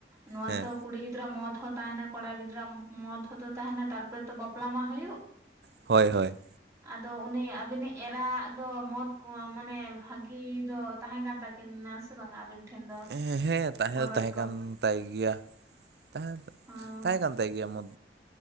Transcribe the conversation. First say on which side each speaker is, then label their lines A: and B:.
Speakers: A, on the right; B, on the right.
A: ᱱᱚᱣᱟ
B: ᱦᱮᱸ
A: ᱛᱚ ᱠᱩᱲᱤ ᱜᱤᱫᱽᱨᱟᱹᱣᱟᱜ ᱢᱚᱛ ᱦᱚᱸ ᱛᱟᱦᱮᱱᱟ ᱠᱚᱲᱟ ᱜᱤᱫᱽᱨᱟᱹᱣᱟᱜ ᱢᱚᱛ ᱦᱚᱸ ᱛᱚ ᱛᱟᱦᱮᱱᱟ ᱛᱟᱨᱯᱚᱨᱮ ᱛᱚ ᱵᱟᱯᱞᱟ ᱢᱟ ᱦᱩᱭᱩᱜ
B: ᱦᱳᱭ ᱦᱳᱭ
A: ᱟᱫᱚ ᱩᱱᱤ ᱟᱹᱵᱤᱱᱤᱡ ᱮᱨᱟᱣᱟᱜ ᱫᱚ ᱢᱚᱛ ᱢᱟᱱᱮ ᱵᱷᱟᱹᱜᱤ ᱫᱚ ᱛᱟᱦᱮᱸ ᱠᱟᱱ ᱛᱟᱹᱠᱤᱱ ᱱᱟ ᱥᱮ ᱵᱟᱝ-ᱟ ᱟᱵᱤᱱ ᱴᱷᱮᱱ ᱫᱚ
B: ᱦᱮᱸ ᱛᱟᱦᱮᱸ
A: ᱜᱚᱨᱚᱡᱽ
B: ᱫᱚ ᱛᱟᱦᱮᱸ
A: ᱠᱚ
B: ᱠᱟᱱ ᱛᱟᱭ ᱜᱮᱭᱟ ᱛᱟᱦᱮᱸ
A: ᱦᱚᱸ
B: ᱛᱟᱦᱮᱸ ᱠᱟᱱ ᱛᱟᱭ ᱜᱮᱭᱟ ᱢᱚᱛ